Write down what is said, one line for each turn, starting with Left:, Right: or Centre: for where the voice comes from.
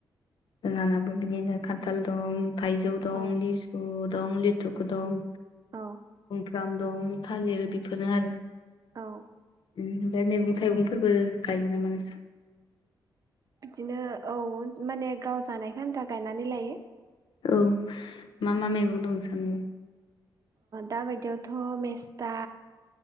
Left: जोंहानाबो बिदिनो खान्थाल दं थायजौ दं
Right: औ
Left: लिसु दं लिथुुकु दं।
Right: औ
Left: ग्राम दुं थालिर बेफोरनो आरो।
Right: औ।
Left: ओमफ्राय मैगं थाइगंफोरबो गायो नामा नोंसा
Right: बिदिनो औ माने गाव जानायख आन्था गायनानै लायो।
Left: औ मा मा मैगं दं नोंसानिया?
Right: दााबायदियावथ' मेस्ता